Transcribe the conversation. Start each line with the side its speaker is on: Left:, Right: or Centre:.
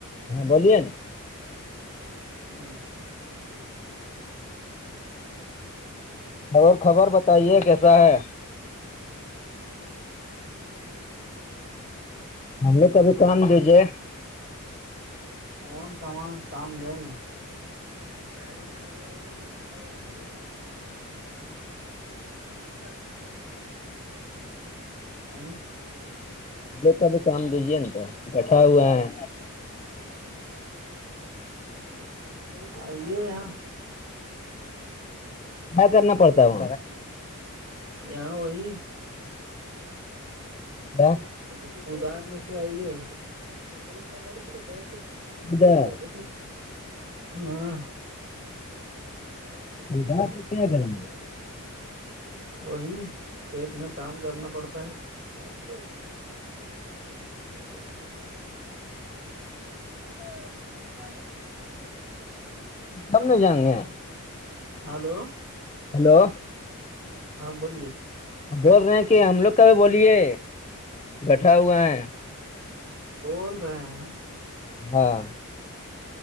Left: ہاں بولیے ن
Right: ہاں
Left: اور خبر بتائیے کیسا ہے ہم لوگ کبھی کام دیجیے
Right: کون کہماں کام دے میں بینک جم والوں تو جم نہیں ہے ہ
Left: لوگ کا بھی کام دیجیے نا تو بیٹھا ہوا ہے
Right: اے آ
Left: کیا کرنا پڑتا ہو
Right: یہا وہی ادار
Left: کیا
Right: لے کےے آئیے گ ہاں گے یہ
Left: ادھر
Right: ج جو گاڑ ج، ی کٹ
Left: ادھر
Right: گا
Left: پہ کیا
Right: جگای
Left: کریں گے
Right: وہی کھیت میں کام کرنا پڑتا ہے جٹ کوے وہ شپ
Left: ہم نے جائیں گے
Right: ہلو
Left: ہلو
Right: ہاں بولیے
Left: بول رہے ہیں کہ ہم لوگ کبھی بولیے گٹھا ہوا ہے
Right: بول رہے ہیں ہم
Left: ہاں